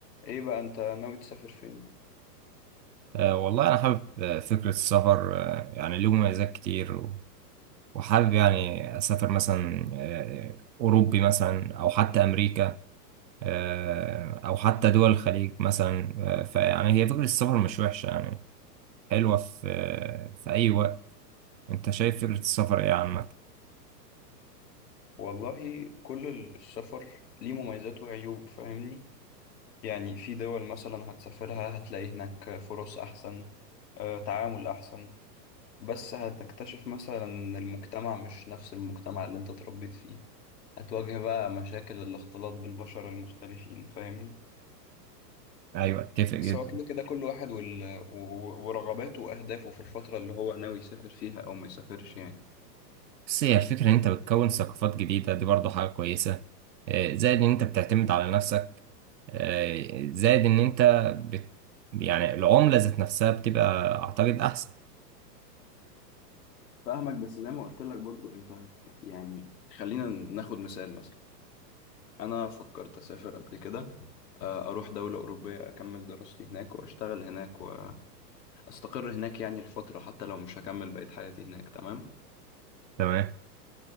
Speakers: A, on the left; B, on the right.
A: ايه بقى انت ناوي تسافر فين
B: آه، والله أنا حابب آه، فكرة السفر آه، يعني له مميزات كتير و- وحابب يعني أسافر مثلا آه، أوروبي مثلا أو حتى أمريكا آه، أو حتى دول الخليج مثلا آه، فيعني هي فكرة السفر مش وحشة يعني حلوة في آه، في أي وقت أنت شايف فكرة السفر إيه عامة؟
A: والله كل ال- السفر ليه مميزات وعيوب فاهمني يعني في دول مثلا هتسافرها هتلاقي هناك فرص احسن آه، تعامل احسن بس هتكتشف مثلا ان المجتمع مش نفس المجتمع اللي انت اتربيت فيه هتواجه بقى مشاكل الاختلاط بالبشر المختلفين فاهمني
B: أيوة أتفق جدا
A: بس هو كده كده كل واحد وال... و- و- ورغباته واهدافه في الفترة اللي هو ناوي يسافر فيها او ما يسافرش يعني
B: بس هي الفكرة إن أنت بتكون ثقافات جديدة دي برضو حاجة كويسة آه، زائد إن أنت بتعتمد على نفسك آه، زائد إن أنت بت... يعني العملة ذات نفسها بتبقى أعتقد أحسن
A: فاهمك بس زي ما قلت لك برضو انت هت- يعني خلينا ناخد مثال مثلا انا فكرت اسافر قبل كده آه، اروح دولة اوروبية اكمل دراستي هناك واشتغل هناك واستقر هناك يعني لفترة حتى لو مش هكمل بقية حياتي هناك تمام
B: تمام